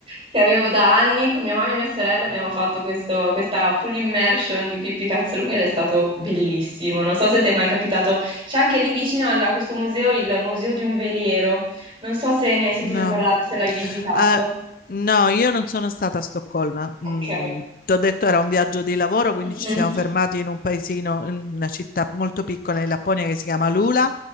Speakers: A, on the right; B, on the left.
A: che avevo da anni. Con mia mamma e mia sorella abbiamo fatto questo- questa full immersion di Pippi Calzelunghe ed è stato bellissimo. Non so se ti è mai capitato. C'è anche lì vicino alla- a questo museo il museo di un veliero. Non so se ne hai sentito
B: No.
A: parlare o se l'hai visitato.
B: Eh, no, io non sono stata a Stoccolma.
A: Ok.
B: Mm, ti ho detto era un viaggio di lavoro, quindi
A: Mhm.
B: ci siamo fermati in un paesino, in una città molto piccola in Lapponia che si chiama Lula